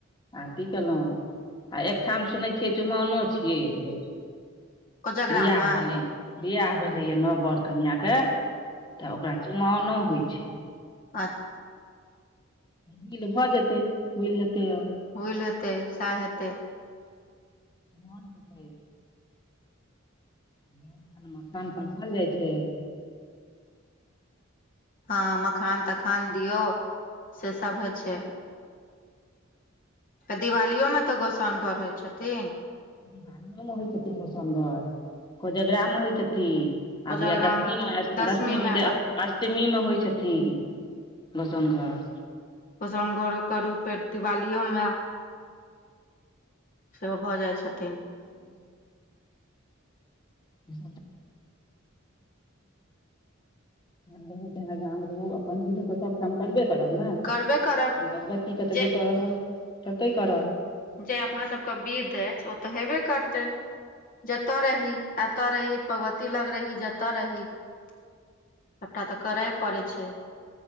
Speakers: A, on the left; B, on the left.
A: आरती केलहुँ आ एकठाम सुनै छियै चुमाओनो छियै एहि बेर
B: कोजगरा
A: बिआाह
B: मे
A: भेलैए बिआाह भेलैए नव बर कनिआके तऽ ओकरा चू मानो होइ छै
B: अच
A: विल भऽ जेतै विल हेतै ओर
B: हुइल हेतै सैह हेतै
A: मन होतै <unintelligible> कान पर चल जाइ छै
B: हँ मखान तखान दियौ से सब होइ छै दिवालियोमे तऽ गोसाउनि घर होइ छथिन
A: दिवालीयो मे होइ छथिन गोसोनघर कोजगरामे होइ छथिन
B: कोजगरा
A: आब उएह दशमीमे
B: मे दसमी
A: दसमीमे
B: मे
A: जे अष्टमीमे होइ छथिन गोसोन घर
B: गोसोनघर ओकर रूपे दिवालियो मे सेहो भऽ जाइ छथिन
A: <unintelligible> <unintelligible> श रहू चाहे गाम रहु अपन विध तऽ सबठाम करबे करब ने
B: करबे करब
A: भगवतीके तऽ
B: जे
A: जतऽ रह तते करब
B: जे अपना सबके विध अछि ओ तऽ हेबे करतै जतय रही एतऽ रही भगवती लग रही जतऽ रही सबटा तऽ करे पड़े छै